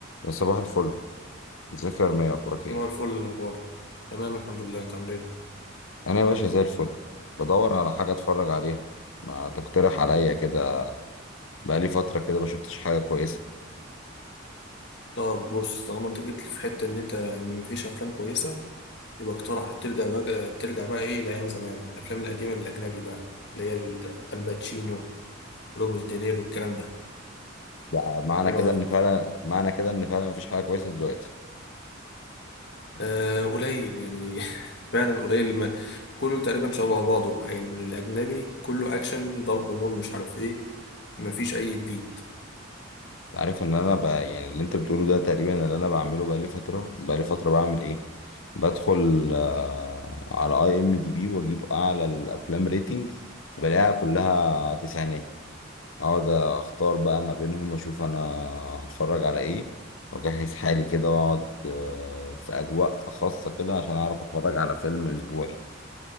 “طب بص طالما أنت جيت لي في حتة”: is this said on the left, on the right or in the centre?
Left